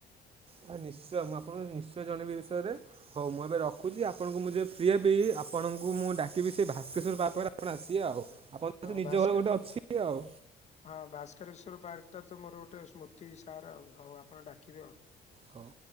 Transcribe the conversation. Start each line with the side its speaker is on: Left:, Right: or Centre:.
Right: ଆରେ ନିଶ୍ଚୟ ମୁଁ ଆପଣଙ୍କୁ ନିଶ୍ଚୟ ଜଣେଇବି ଏ ବିଷୟରେ ହଉ ମୁଁ ଏବେ ରଖୁଛି ଆଉ ଆପଣଙ୍କୁ ମୁଁ ଯେବେ ଫ୍ରି ହେବି ଆପଣଙ୍କୁ ମୁଁ ଡାକିବି ସେ ଭାସ୍କର ବାବର ଆସିବେ ଆଉ। ଆପଣଙ୍କ
Left: ହଁ
Right: ତ ନିଜ
Left: ଭାସ୍କ
Right: ଘରେ ଅଛି ଆଉ।
Left: ହଁ ଭାସ୍କରେଶ୍ଵର ପାର୍କଟା ତ ମୋର ଗୋଟେ ସ୍ମୃତି ସାର୍ ଆଉ ହଉ ଆପଣ ଡାକିବେ ଆଉ।
Right: ହଉ।